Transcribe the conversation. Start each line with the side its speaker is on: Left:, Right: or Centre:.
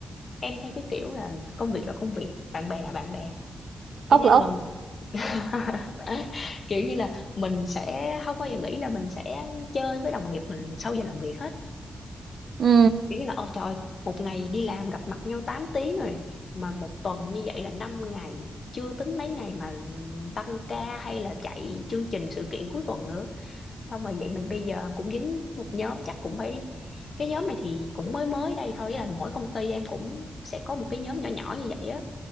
Left: em theo cái kiểu là công việc là công việc, bạn bè là bạn bè.
Right: ốc
Left: Kiểu như
Right: là ốc
Left: là mình <laughs> kiểu như là mình sẽ không bao giờ nghĩ là mình sẽ chơi với đồng nghiệp mình sau giờ làm việc hết
Right: ừ
Left: kiểu như là ôi trời một ngày đi làm gặp mặt nhau 8 tiếng rồi mà một tuần như vậy là năm ngày chưa tính mấy ngày mà tăng ca hay là chạy chương trình sự kiện cuối tuần nữa xong rồi vậy mình bây giờ cũng dính một nhóm chắc cũng phải cái nhóm này thì cũng mới mới đây thôi ý là mỗi công ty em cũng sẽ có một cái nhóm nhỏ nhỏ như vậy á